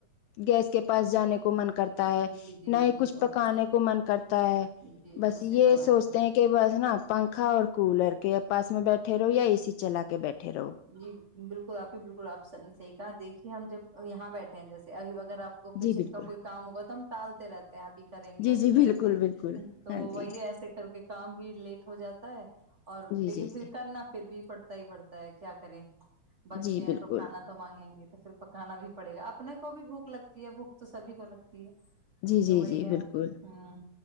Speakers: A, on the left (about 80°); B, on the right (about 65°).
A: گیس کے پاس جانے کو کو من کرتا ہے
B: جی جی
A: نہیں ہی
B: بالکل
A: کچھ پکانے کو من کرتا ہے
B: جی بالکل
A: بس
B: صحیح
A: یہ
B: فرمایا
A: سوچتے
B: آپ نے
A: ہیں کہ بس نا پنکھا اور کولر کے اس میں بیٹھے رہو یا اےی چلا کے بیٹھے رہو
B: جی بالکل آپ ہی بالکل آپ صحی کہا دیکھیے ہم جب یہاں بیٹھے ہیں جیسےبھی وقت اگر آپ کو کچن
A: جی بالکل
B: کا کوئی کام ہوگا تو ہم ٹالتے رہتے ابھی کریں گے
A: جی
B: ابھی
A: جی
B: کریں
A: بالکل
B: گے
A: بالکل
B: تو
A: ہاں جی
B: وہی ایسے کر کے کام بھی لیٹ ہو جاتا ہے اور
A: جی
B: لیکن
A: جی
B: پھر
A: جی
B: کرنا پھر بھی پڑتا ہی پڑتا ہے کیا کریں بچے
A: جی بالکل
B: ہیں تو کھانا تو مانگیں گے تو پھر پکانا بھی پڑے گا اپنے کو بھی بھوک لگتی ہے بھوک تو سبھی کو لگتی ہے
A: جی جی
B: تو وہی
A: جی
B: ہے
A: بالکل
B: ہوں